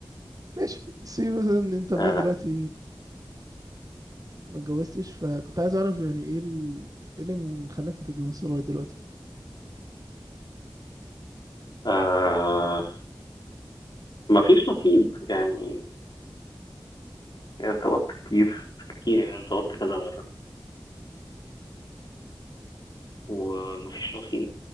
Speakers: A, on the right; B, on the left.
A: ماشي سي مثلا إن أنت لغاية
B: آه
A: دلوقتي ما اتجوزتش فكنت عايز أعرف يعني إيه ال... إيه اللي مخليك ما تتجوزش لغاية دلوقتي؟
B: آه ما فيش نصيب يعني ارتبطت كتير كتير يعني ارتبطت كذا مره وما فيش نصيب